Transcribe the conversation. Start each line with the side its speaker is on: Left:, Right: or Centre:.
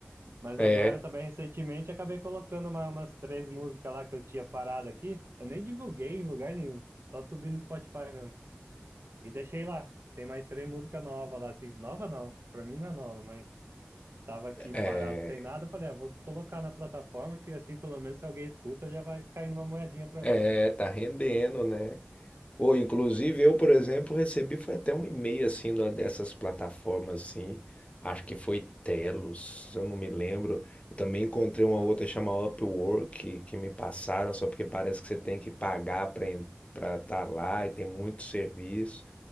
Right: Mas
Left: É,
Right: agora também recentemente acabei colocando uma- umas três músicas lá que eu tinha parado aqui. Eu nem divulguei em lugar nenhum, só subi no Spotify mesmo. E deixei lá. Tem mais três músicas novas lá, assim. Nova não, pra mim não é nova, mas tava aqui
Left: é,
Right: parado sem nada. eu Falei, ah, vou colocar na plataforma que assim pelo menos se alguém escuta já vai cair numa moedinha pra
Left: é,
Right: mim.
Left: tá rendendo, né? Ou, inclusive, eu, por exemplo, recebi foi até um e-mail assim de uma dessas plataformas assim. Acho que foi Telos, eu não me lembro. Eu também encontrei uma
Right: Ah,
Left: outra chamada Upwork que, que me passaram, só porque parece que você tem que pagar para para estar lá e tem muito serviço.